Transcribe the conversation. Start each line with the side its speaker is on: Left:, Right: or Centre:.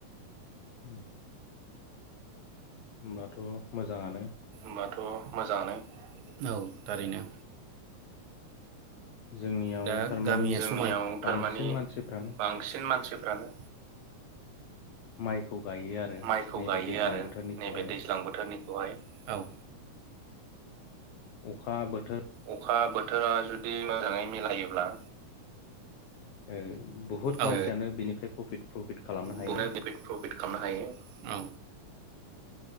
Left: उम। होमबाथ' मोजाङानो।
Right: होनबाथ' मोजाङानो, औ थारैनो।
Left: जोंनियाव
Right: दा
Left: थारमाने
Right: गामि <unintelligible>
Left: बांसिन
Right: थारमाने
Left: मानसिफ्रानो
Right: बांसिन मानसि फ्रानो
Left: माइखौ गायो आरो
Right: माइखौ
Left: नैबे
Right: गायो
Left: दैज्लां
Right: आरो
Left: बोथोरनिखौहाय
Right: नैबे दैज्लां बोथोरनिखौहाय औ।
Left: अखा बो
Right: अखा बोथोरा जुदि मोजाङै मिलायोब्ला
Left: ओ बुहुत
Right: ओ
Left: मानसियानो बेनिफ्राय प्रफित प्रफिट खालामनो हायो।
Right: बनो प्रफिट खालामनो हायो औ